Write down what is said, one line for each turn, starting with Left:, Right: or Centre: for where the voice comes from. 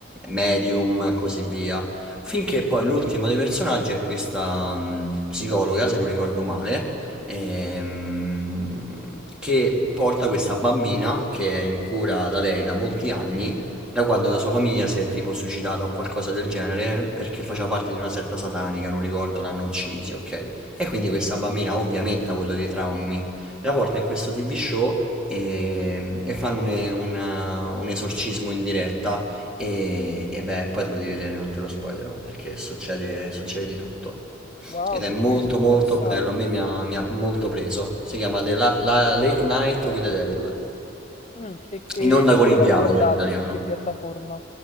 Centre: medium e così via. Finché poi l'ultimo dei personaggi è questa mm, psicologa, se non ricordo male, ehm, che porta questa bambina che è in cura da lei da molti anni, da quando la sua famiglia si è tipo suicidata o qualcosa del genere, perché faceva parte di una setta satanica, non ricordo, l'hanno uccisi, ok? E quindi questa bambina ovviamente ha avuto dei traumi. La porta in questo TV show e, e fanno un, un- un esorcismo in diretta e, e beh, poi te lo devi vedere, non te lo spoilerò, perché succede, succede di tutto.
Left: Wow,
Centre: Ed è
Left: che
Centre: molto
Left: figo, interessante.
Centre: molto bello, a me mi ha, mi ha molto preso. Si chiama The La- La- Late Night with the Devil.
Left: Mh, e c
Centre: In
Left: e
Centre: onda
Left: dove
Centre: con il
Left: l'hai
Centre: diavolo
Left: guardato?
Centre: in italiano.
Left: Su che piattaforma?